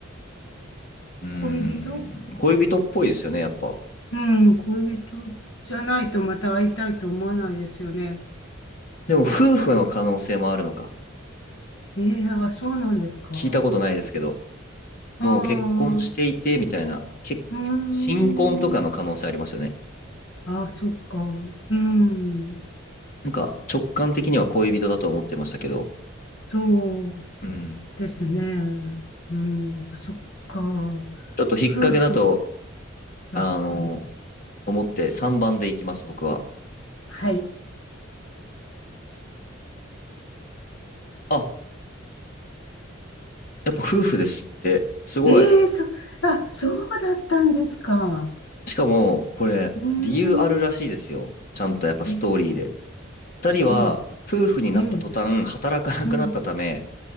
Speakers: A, on the left; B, on the left.
A: うーん、
B: 恋人
A: 恋人っぽいですよね、やっぱ。
B: うん、恋人じゃないとまた会いたいと思わないですよね。
A: でも夫婦の可能性もあるのか。
B: ええあ、そうなんですか。
A: 聞いたことないですけど、
B: あ
A: もう結婚していてみたいな、
B: あ、う
A: 結新婚とかの可能性ありますよね。
B: ーん。あ、そっか。うん、
A: なんか直感的には恋人だと思ってましたけど、
B: そう
A: うん。
B: ですね。うん、あ、そっか。
A: ちょっと引っ掛けだと、
B: 夫婦だから。
A: あの思って3番でいきます、僕は。
B: はい。
A: あ、やっぱ夫婦ですって、すごい。
B: ええそ、あ、そうだったんですか。
A: しかも、これ、
B: うーん。
A: 理由あるらしいですよ。ちゃんとやっぱストーリーで。
B: え、
A: 二人は、
B: ええ、
A: 夫婦になった途端、
B: ええ、
A: 働かなくなったため、
B: うん、